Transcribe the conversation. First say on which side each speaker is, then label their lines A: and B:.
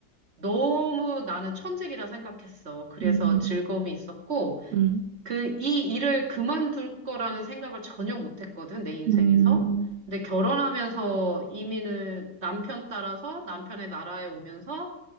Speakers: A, on the right (about 45°); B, on the right (about 70°).
A: 너무 나는 천직이라 생각했어. 그래서
B: 음,
A: 즐거움이 있었고,
B: 음,
A: 그, 이 일을 그만둘 거라는 생각을 전혀 못 했거든, 내 인생에서.
B: 음,
A: 근데 결혼하면서 이민을 남편 따라서 남편의 나라에 오면서